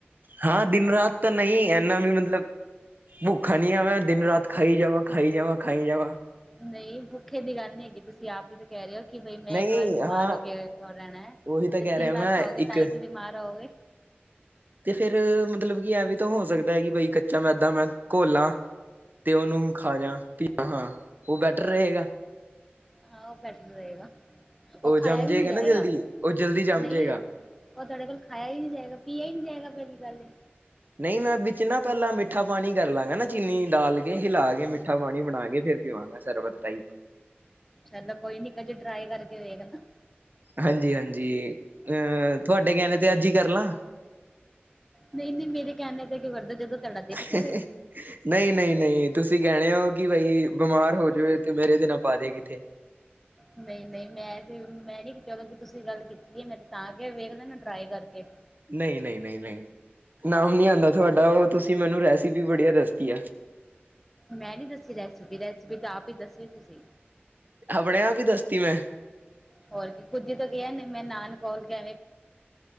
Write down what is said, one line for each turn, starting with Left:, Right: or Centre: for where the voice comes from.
Right: ਹਾਂ ਦਿਨ ਰਾਤ ਤਾਂ ਨਈ ਐਨਾ ਵੀ ਮਤਲਬ ਭੁੱਖਾ ਨੀ ਆਂ ਮੈਂ, ਦਿਨ ਰਾਤ ਖਾਈ ਜਾਵਾਂ, ਖਾਈ ਜਾਵਾਂ, ਖਾਈ ਜਾਵਾਂ।
Centre: ਨਈ ਭੁੱਖੇ ਦੀ ਗੱਲ ਨੀ ਹੈਗੀ ਤੁਸੀਂ ਤੁਸੀਂ ਆਪ ਈ ਤੇ ਕੈ ਰੇ ਓ ਕਿ ਬਈ ਮੈਂ
Right: ਨਹੀਂ
Centre: ਇੱਕ ਵਾਰ ਬਿਮਾਰ
Right: ਹਾਂ
Centre: ਹੋ ਕੇ ਓ ਰੈਣਾ ਐ
Right: ਉਹੀ ਤਾਂ
Centre: ਤੇ
Right: ਕਹਿ
Centre: ਦਿਨ
Right: ਰਿਹਾ
Centre: ਰਾਤ
Right: ਮੈਂ
Centre: ਖਾਓਗੇ
Right: ਇੱਕ
Centre: ਤਾਂ ਈ ਤੇ ਬੀਮਾਰ ਹੋਵਗੇ।
Right: ਤੇ ਫੇਰ ਮਤਲਬ ਕਿ ਐ ਵੀ ਤਾਂ ਹੋ ਸਕਦਾ ਐ ਕਿ ਬਈ ਕੱਚਾ ਮੈਦਾ ਮੈਂ ਘੋਲਾਂ ਤੇ ਓਨੂੰ ਖਾ ਜਾ <unintelligible> ਹਾਂ ਓ ਬੈਟਰ ਰਏਗਾ।
Centre: ਹਾਂ ਓ ਬੈਟਰ ਰਏਗਾ,
Right: ਉਹ
Centre: ਓ ਖਾਇਆ
Right: ਜੰਮ ਜੇਗਾ
Centre: ਵੀ ਨੀ ਜਾਏਗਾ
Right: ਨਾ ਜਲਦੀ ਉਹ ਜਲਦੀ ਜੰਮ
Centre: ਨਈ।
Right: ਜੇਗਾ
Centre: ਓ ਤੁਆਡੇ ਕੋਲ ਖਾਇਆ ਈ ਨੀ ਜਾਏਗਾ ਪਿਆ ਈ ਨੀ ਜਾਏਗਾ ਪੈਲੀ ਗੱਲ ਏ।
Right: ਨਈ ਮੈਂ ਵਿੱਚ ਨਾ ਪੈਲਾਂ ਮਿੱਠਾ ਪਾਨੀ ਕਰ ਲਾਂਗਾ ਨਾ ਚੀਨੀ ਡਾਲ ਕੇ, ਹਿਲਾ ਕੇ ਮਿੱਠਾ ਪਾਨੀ ਬਨਾ ਕੇ ਫੇਰ ਪੀਵਾਂਗਾ। ਸ਼ਰਬਤ ਟਾਈਪ।
Centre: ਚਲੋ ਕੋਈ ਨੀ, ਕਜੇ ਟਰਾਈ ਕਰਕੇ ਵੇਖਨਾ।
Right: ਹਾਂਜੀ-ਹਾਂਜੀ, ਅਹ ਤੁਆਡੇ ਕੈਨੇ ਤੇ ਅੱਜ ਈ ਕਰ ਲਾਂ?
Centre: ਨਈ-ਨਈ ਮੇਰੇ ਕੈਨੇ ਤੇ ਕਯੋਂ ਕਰਦੇ ਓ ਜਦੋਂ ਤੁਹਾਡਾ ਦਿਲ
Right: <inaudible>
Centre: ਕਰੇ
Right: ਨਈ, ਨਈ, ਨਈ ਤੁਸੀਂ ਕੈਣੇ ਹੋ ਕਿ ਬਈ ਬਿਮਾਰ ਹੋ ਜਵੇ ਤੇ ਮੇਰੇ ਤੇ ਨਾ ਪਾ ਦੇ ਕਿੱਥੇ।
Centre: ਨਈ-ਨਈ, ਮੈਂ ਤੇ ਮੈਂ ਨੀ ਕੀਤੀ ਓ ਤੇ ਤੁਸੀਂ ਗੱਲ ਕੀਤੀ ਐ ਮੈਂ ਤੇ ਤਾਂ ਕੇਆ ਵੇਖ ਲੈਨਾ ਟਰਾਈ ਕਰਕੇ।
Right: ਨਈ, ਨਈ, ਨਈ, ਨਈ ਨਾਮ ਨੀ ਆਂਦਾ ਤੁਆਡਾ ਓ ਤੁਸੀਂ ਮੈਨੂੰ ਰੈਸਿਪੀ ਬੜੀਆਂ ਦੱਸਤੀ ਐ।
Centre: ਮੈਂ ਨੀ ਦੱਸੀ ਰੈਸਪੀ, ਰੈਸਪੀ ਤੇ ਆਪ ਈ ਦੱਸ ਦਸੀ ਤੁਸੀਂ।
Right: ਅਪਣੇ ਆਪ ਈ ਦੱਸਤੀ ਮੈਂ।
Centre: ਹੋਰ ਕੀ ਖੁਦ ਈ ਤੇ ਕੇਆ ਨੇ ਮੈਂ ਨਾਨ ਘੋਲ ਕੇ